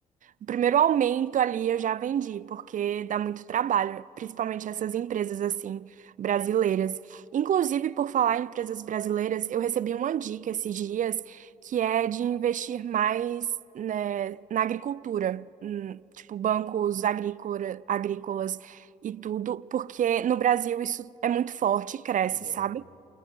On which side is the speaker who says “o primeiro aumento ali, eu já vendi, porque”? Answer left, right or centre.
Right